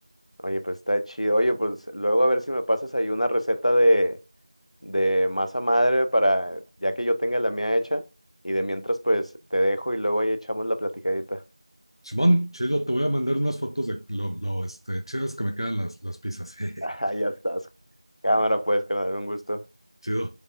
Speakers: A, on the left; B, on the left.
A: Oye, pues está chido. Oye, pues luego a ver si me pasas ahí una receta de, de masa madre para, ya que yo tenga la mía hecha, y de mientras pues te dejo y luego ahí echamos la platicadita. <laughs>
B: Simón, chido, te voy a mandar unas fotos de lo, lo este, chidas que me quedan las, las pizzas. <laughs> Jeje,
A: Ah, ya estás. Cámara, pues, carnal, un gusto.
B: Chido.